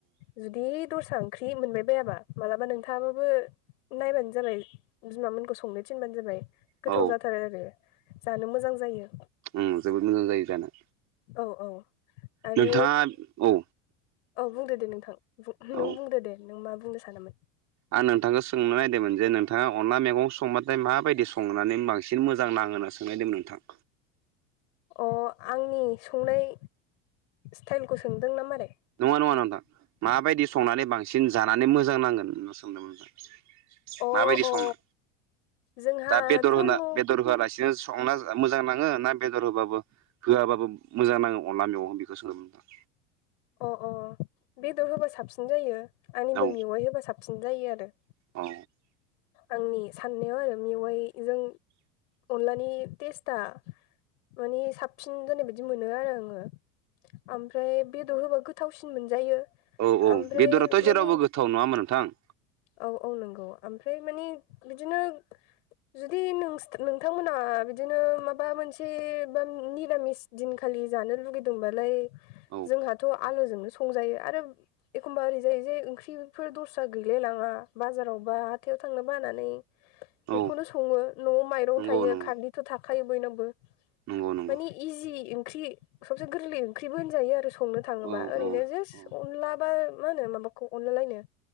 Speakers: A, on the left; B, on the right.
A: जु जि दस्रा ओंख्रि मोनबाय बायाबा मालाबा नोंथाङाबाबो नायबानो जाबाय बिमामोनखौ संनो थिनबानो जाबाय
B: औ
A: गोथाव जाथारो आरो जानो मोजां जायो
B: ओं जोबोद मोजां जायो जानो
A: औ औ आरो
B: नोंथाङा औ
A: औ बुंदो दे नोंथां नों
B: औ
A: बुंदो दे नों मा बुंनो सानोमोन
B: आं नोंथांखौ सोंनो नायिरदोंमोन जे नोंथाङा अनला मैगं संबाथाय माबायदि संनानै बांसिन मोजां नाङोना सों सोंनायदोंमोन नोंथां
A: अ आंनि संनाय स्टाइलखौ सोंदों ना मारै
B: नङा नङा नोंथां माबायदि संनानै बांसिन जानानै मोजां नांगोन होनना सोंदोंमोन नोंथां
A: अ
B: माबायदि संना
A: अ जोंहाथ'
B: दा बेदर होना
A: न'
B: बेदर होआलासिनो संना मोजां नाङो ना बेदर होबाबो होआबाबो मोजां नाङो अनला मेगं बेखौ सोंदोंमोन नोथां
A: अ अ बेदर होबा साबसिन जायो आंनिबो
B: औ
A: मेवाइ होबा साबसिन जायो आरो
B: औ
A: आंनि साननायाव आरो मेवाइजों अनलानि तेस्था मानि साब साबसिन जानाय बायदि मोनो आरो आङो ओमफ्राय बेदर होबा गोथावसिन मोनजायो
B: औ औ
A: ओमफ्राय
B: बेदराथ'
A: माने
B: जेरावबो गोथाव नङाहोनबा नोंथां
A: औ औ नंगौ ओमफ्राय मानि बिदिनो जुदि नों नोंथांमोनहा बिदिनो माबा मोनसे बा निरामिस दिनखालि जानो लुुबैदोंबालाय
B: औ
A: जोंहाथ' आलुजोंनो सं संजायो आरो एखमबा ओरैजायो जे ओंख्रिफोर दस्रा गैलाय लाङा बाजारावबा हाथथायाव थांनो बानानै
B: औ
A: बेखौनो सङो न'आव माइरं
B: नंगौ
A: थायो
B: नंगौ
A: खारदै थ' थाखायो बयनावबो
B: नंगौ नंगौ
A: मानि इजि ओंख्रि सबसे गोरलै ओंख्रिबो होनजायो आरो स संनो थाङोबा
B: औ
A: ओरैनो
B: औ
A: जास्ट
B: औ
A: अनला बा मा होनो माबाखौ अनला लायनो